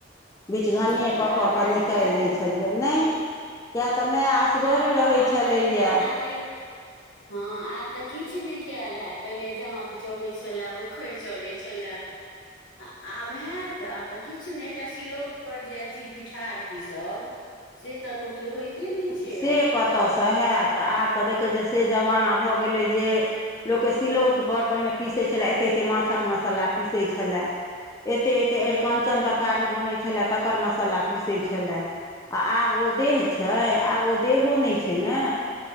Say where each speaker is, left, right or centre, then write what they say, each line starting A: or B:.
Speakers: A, on the left (about 15°); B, on the left (about 70°).
A: बिचघनिए
B: देखियौ
A: कऽ कऽ
B: आब
A: कऽ
B: हैत
A: निकालि
B: कयल
A: लै छलियै नहि किए तऽ तऽ मे असगरे
B: आब तऽ
A: रहै
B: आब
A: छलैया
B: तऽ एकटा अहाँके हँ आब तऽ किछु नहि कयल हैत पहिले जाँत चलैत छलए उखड़ि चलैत छलए <unintelligible> आ आब हेत आब तऽ किछु नहि एकटा सिलौट पर जे अथी पिठार पीसब से तऽ लोक के होइते नइ छै
A: से
B: आब
A: कतयसँ हएत आब तऽ देखैत छियै से जमाना भऽ गेलै जे लोकके सिलौटपर पहिने पीसैत छलै एतेक एतेक माछक मसाला पीसैत छलै एते एते अरिकंचन तरकारी बनैत छलै तकर मसाला पीसैत छलै आ आब ओ देह छै आब ओ देहो नहि छै ने